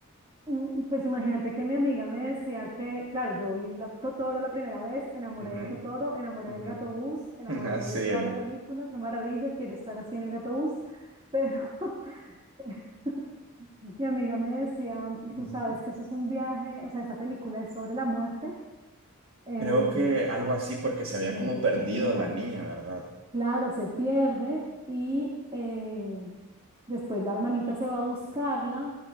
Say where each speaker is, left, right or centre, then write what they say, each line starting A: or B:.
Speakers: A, on the right (about 25°); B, on the right (about 60°).
A: Mm, Pues imagínate que mi amiga me decía que, claro, yo vi la- Totoro la primera vez, enamoré
B: Ujú,
A: de Totoro, enamoré
B: ujú.
A: del gato bus, enamoré
B: <laughs> Así
A: de toda
B: es.
A: la película, qué maravilla, quiero estar así en el gato bus, pero <laughs> mi amiga me decía,
B: Mm.
A: tú sabes que eso es un viaje, o sea, esa película es sobre la muerte, eh,
B: Creo que algo así porque se había
A: yo
B: como
A: no tenía
B: perdido
A: ni idea.
B: la niña, ¿verdad?
A: Claro, se pierde y eh, después la hermanita se va a buscarla